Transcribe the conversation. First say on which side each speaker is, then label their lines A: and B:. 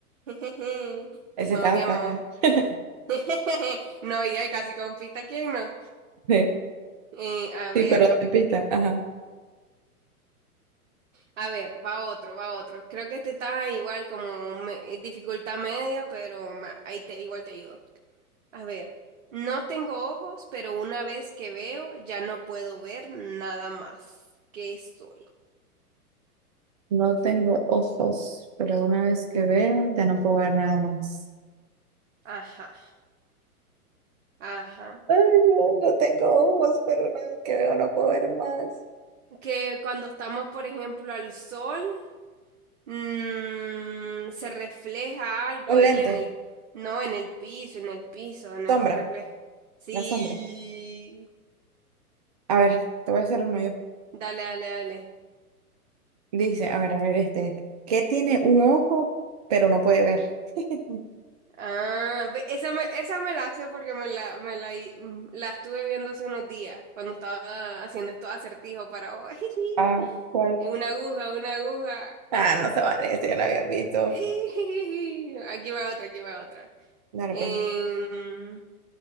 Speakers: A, on the right; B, on the right.
A: <laughs>
B: Ese
A: Vamos
B: estaba
A: bien,
B: fácil.
A: vamos bien.
B: <laughs>
A: <laughs> No, y hay casi con pista, ¿quién no?
B: Sí,
A: Eh, a
B: sí,
A: ver.
B: pero la pipita, ajá.
A: A ver, va otro, va otro. Creo que este está igual como me- dificultad media, pero ma- ahí te igual te ayudo. A ver, no tengo ojos, pero una vez que veo ya no puedo ver nada más. ¿Qué soy?
B: No tengo ojos, pero una vez que veo, ya no puedo ver nada más.
A: Ajá, ajá.
B: Ay, no, no tengo ojos, pero una vez que veo, no puedo ver más.
A: Que cuando estamos, por ejemplo, al sol, mm, se refleja algo
B: Los
A: ahí
B: lentes,
A: en el, no, en el piso, en el piso, en
B: sombra,
A: el se refleja. Sí.
B: la sombra. A ver, te voy a hacer uno yo.
A: Dale, dale, dale.
B: Dice, a ver, a ver, este. este. ¿Qué tiene un ojo, pero no puede ver? <laughs>
A: Ah, ve- esa me, esa me la sé porque me la, me la, hi- mm, la estuve viendo hace unos días cuando estaba haciendo estos acertijos para vos. <laughs>
B: Ah, ¿cuál?
A: Una aguja, una aguja.
B: Ah, no se vale, ese ya lo había visto.
A: <laughs> Ijijiji. Aquí va otra, aquí va otra.
B: Dale,
A: Em,
B: pues.